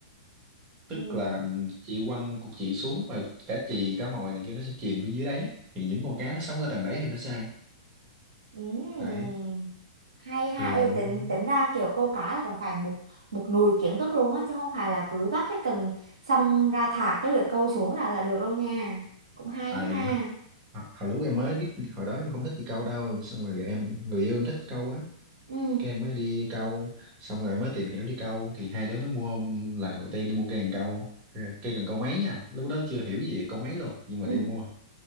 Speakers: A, on the right; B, on the right.
A: tức
B: ừm.
A: là chị quăng cục chị xuống và cả chì cá mòi này kia nó sẽ chìm phía dưới đáy thì những con cá nó sống ở tầng đáy thì nó sẽ ăn
B: Ừm,
A: đấy
B: hay ha
A: thường
B: ê
A: là như
B: tính
A: thế
B: tính ra kiểu câu cá là còn phải một một nùi kiến thức luôn á chứ không phải là cứ vác cái cần xong ra thả cái lưỡi câu xuống là là được đâu nha cũng hay
A: tại
B: ha
A: hồi, hồi lúc em mới biết hồi đó em không thích đi câu đâu xong rồi em người yêu em thích câu á
B: ừ
A: cái em mới đi câu xong rồi em mới tìm hiểu đi câu thì hai đứa mới mua lần đầu tiên đi mua cây cần câu Rồi cây cần câu máy nha lúc đó chưa hiểu gì về câu máy luôn nhưng mà
B: ừ
A: đi mua